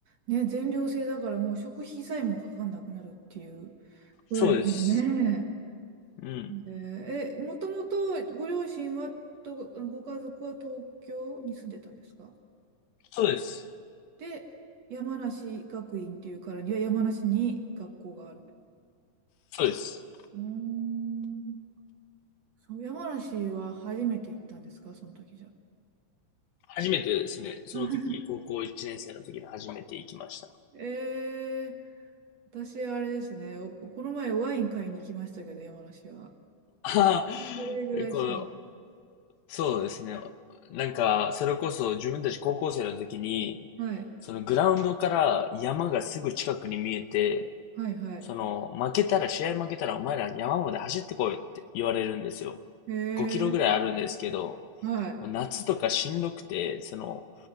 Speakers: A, on the right (about 50°); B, on the left (about 75°).
A: ね、全寮制だからもう食費さえもかかんなくなるっていうことですもんね。
B: そうです。うん。
A: えー、もともとご両親はと、ご家族は東京に住んでたんですか
B: そうです。
A: で、山梨学院っていうからには山梨に学校があると。
B: そうです。
A: うーん。そう、山梨は初めて行ったんですかその時じゃ。
B: 初めてですね。その時、
A: <laughs>
B: 高校1年生の時に初めて行きました。
A: えー、私あれですね、おこの前ワイン買いに行きましたけど、山梨は。
B: ああ、<laughs>
A: それぐらいしかない。
B: こうそうですね。なんか、それこそ自分たち高校生の時に、
A: はい、
B: そのグラウンドから山がすぐ近くに見えて、
A: はい、はい。
B: その負けたら、試合負けたらお前ら山まで走ってこいって言われるんですよ。
A: えー、
B: 5キロぐらいあるんですけど、
A: はい、
B: もう夏とかしんどくて、その